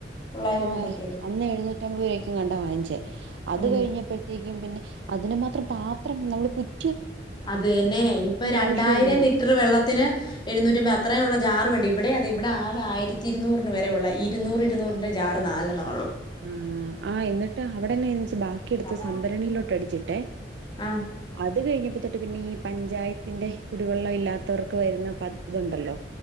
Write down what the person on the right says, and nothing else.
ആഹ്
അന്ന് എഴുന്നൂറ്റി അമ്പത് രൂപക്ക്‌ എങ്ങാണ്ട് ആ വാങ്ങിച്ചേ അത്
കഴിഞ്ഞപ്പോഴത്തേക്കും പിന്നെ- അതിനുമാത്രം പാത്രം നമ്മള് കു -
ആവശ്യമില്ലല്ലോ
ആഹ് ആ എന്നിട്ട് അവിടെന്നെന്ന് വെച്ചാ ബാക്കിെടുത്ത്
സംഭരണിയിലോട്ട് അടിച്ചിട്ട്-
അത് കഴിഞ്ഞപ്പോ തൊട്ട് പിന്നെ ഈ പഞ്ചായത്തിന്റെ- കുടിവെള്ളം ഇല്ലാത്തവർക്ക് വരുന്ന പദ് ഇതുണ്ടല്ലോ